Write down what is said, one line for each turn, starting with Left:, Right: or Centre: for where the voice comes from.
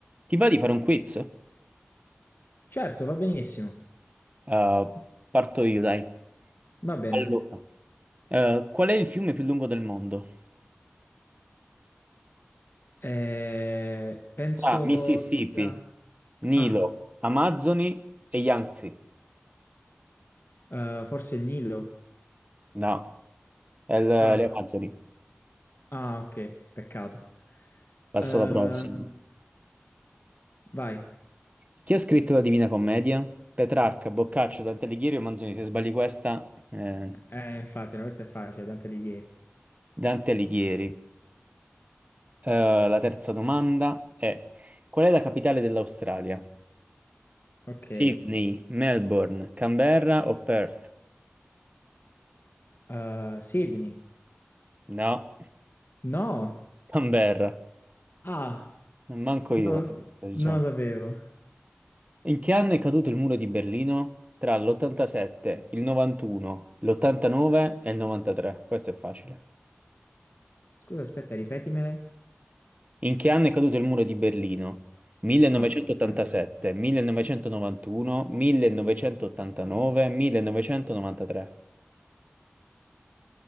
Right: Ti va di fare un quiz?
Left: Certo, va benissimo.
Right: Uh, parto io, dai.
Left: Va bene.
Right: Allora, eh, qual è il fiume più lungo del mondo?
Left: Eh, penso
Right: Tra Mississippi,
Left: sia...
Right: Nilo,
Left: Ah,
Right: Amazzoni e Yangtze.
Left: eh, forse il Nilo.
Right: No, è l-
Left: Ah,
Right: le Amazzoni.
Left: ah, ok, peccato.
Right: Passo
Left: Eh,
Right: alla prossima.
Left: vai.
Right: Chi ha scritto la Divina Commedia? Petrarca, Boccaccio, Dante Alighieri o Manzoni? Se sbagli questa, eh,
Left: Eh, infatti, no, questa è facile, Dante Alighieri.
Right: Dante Alighieri. Eh, la terza domanda è: qual è la capitale dell'Australia?
Left: Ok.
Right: Sydney, Melbourne, Canberra o Perth?
Left: Eh, Sydney.
Right: No.
Left: No.
Right: Canberra.
Left: Ah,
Right: Manco
Left: no,
Right: io, lo so, diciamo.
Left: non lo sapevo.
Right: In che anno è caduto il muro di Berlino? Tra l'87, il 91, l'89 e il 93. Questo è facile.
Left: Scusa, aspetta, ripetimele.
Right: In che anno è caduto il muro di Berlino? 1987,
Left: Ah, ok. Eh,
Right: 1991, 1989, 1993.